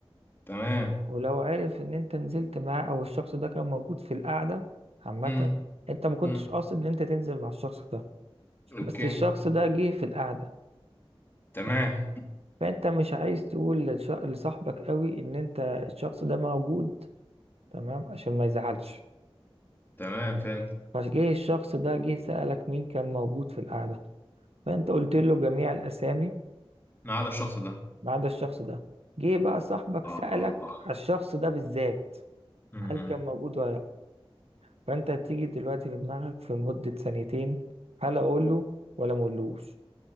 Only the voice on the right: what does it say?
ولو عرف ان انت نزلت معاه او الشخص ده كان موجود في القعدة عامة
انت ما كنتش
قاصد ان انت تنزل مع الشخص ده
بس الشخص ده جه في القعدة
تمام فانت مش عايز تقول للش- لصاحبك قوي ان انت الشخص ده موجود تمام عشان ما يزعلش
فجه الشخص ده جه سألك مين كان موجود في القعدة فأنت قلت له جميع الأسامي
ما عدا الشخص ده جه بقى صاحبك
سألك على الشخص ده بالذات
هل كان موجود ولا لأ فأنت هتيجي دلوقتي في دماغك في مدة ثانيتين هل أقوله ولا مقولوش